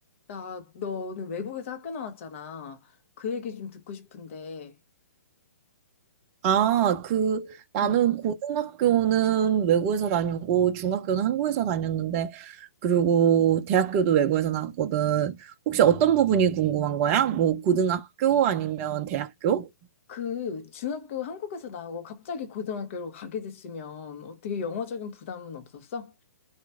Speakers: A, on the left (about 50°); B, on the right (about 30°).
A: 나, 너는 외국에서 학교 나왔잖아. 그 얘기 좀 듣고 싶은데,
B: 아, 그, 나는
A: 음.
B: 고등학교는 외국에서 다니고, 중학교는 한국에서 다녔는데, 그리고 대학교도 외국에서 나왔거든. 혹시 어떤 부분이 궁금한 거야? 뭐, 고등학교 아니면 대학교?
A: 그 중학교 한국에서 나오고 갑자기 고등학교로 가게 됐으면 어떻게 영어적인 부담은 없었어?